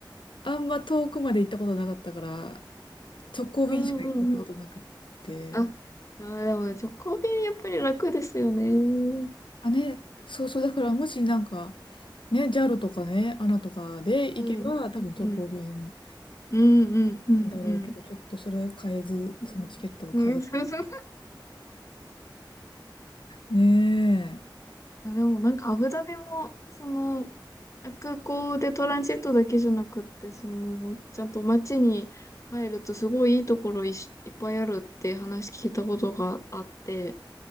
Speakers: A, on the left (about 85°); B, on the left (about 40°).
A: あんま遠くまで行ったことなかったから、直行便しか行ったことなくって。
B: うんうんうん。あ、あー、でもね、直行便やっぱり楽ですよね。
A: あ、ね、そうそう、だからもしなんか、ね、JAL とかね、ANA とかで行けば、
B: うん。
A: 多分直行便
B: うん。うん。うん。
A: なんだろうけど、
B: うん。
A: ちょっとそれは買えず、
B: うん。
A: そのチケットは買えず。
B: うん。そうそう。
A: ねえ。
B: まあでもなんかアブダビも、その、空港でトランジットだけじゃなくって、その、ちゃんと街に入るとすごいいいところいし、いっぱいあるって話聞いたことがあって、